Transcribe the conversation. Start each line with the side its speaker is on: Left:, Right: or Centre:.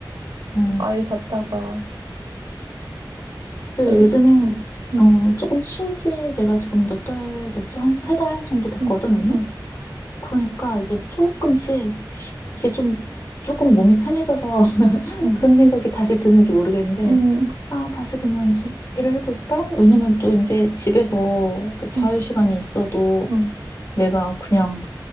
Left: 어.
Right: 아이 봤다가
Left: 그래서
Right: 또 이제,
Left: 요즘에
Right: 응응
Left: 어, 조금 쉰지 내가 지금 몇 달 됐지? 한 세 달 정도 됐거든,
Right: 응응
Left: 언니? 그러니까 이제 조금씩 이게 좀 조금 몸이 편해져서 <laughs>
Right: 응
Left: 그런 생각이 다시 드는지 모르겠는데
Right: 응
Left: 아, 다시 그냥 좀 일을 해볼까? 왜냐면 또 이제 집에서 그 자유
Right: 응
Left: 시간이 있어도
Right: 응
Left: 내가 그냥